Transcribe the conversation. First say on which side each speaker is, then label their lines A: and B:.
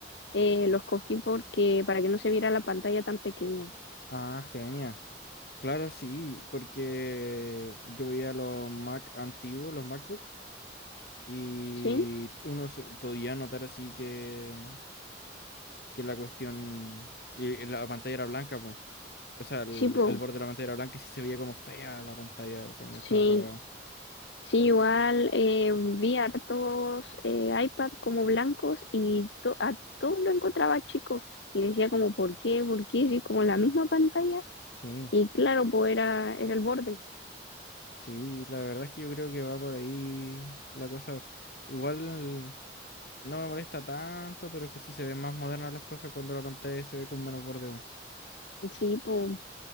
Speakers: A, on the left (about 80°); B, on the left (about 55°).
A: eh, lo escogí porque para que no se viera la pantalla tan pequeña.
B: Ah, genial. Claro, sí, porque yo veía los Mac antiguos, los MacBook, y
A: ¿Sí?
B: uno se- podía notar así que, que la cuestión, y la pantalla era blanca, po. O sea, el,
A: Sí, po.
B: el borde de la pantalla era blanco y sí se veía como fea la pantalla cuando
A: Sí.
B: estaba apagada.
A: Sí, igual eh, vi hartos eh, iPad como blancos y to- a todos lo encontraba chico y decía como, ¿por qué? ¿Por qué? Sí, como la misma pantalla
B: Sí.
A: y claro, pues era, era el borde.
B: Sí, la verdad es que yo creo que va por ahí la cosa. Igual no me molesta tanto, pero es que sí se ven más modernas las cosas cuando la pantalla se ve con menos borde. weón.
A: Sí, po